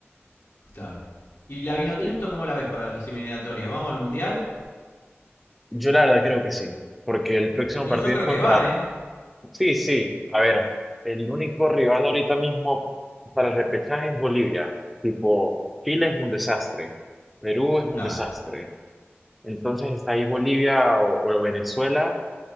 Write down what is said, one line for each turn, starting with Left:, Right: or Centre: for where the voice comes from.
Left: Claro. ¿Y la Vinotinto
Centre: Sí.
Left: cómo la ves para las eliminatorias? ¿Vamos al Mundial?
Centre: Yo la verdad creo que sí, porque el próximo
Left: Sí,
Centre: partido
Left: yo creo
Centre: es contra...
Left: que va, ¿eh?
Centre: Sí, sí, a ver, el único rival ahorita mismo para el repechaje es Bolivia, tipo, Chile es un desastre, Perú es un
Left: Claro,
Centre: desastre, entonces está ahí Bolivia o o Venezuela.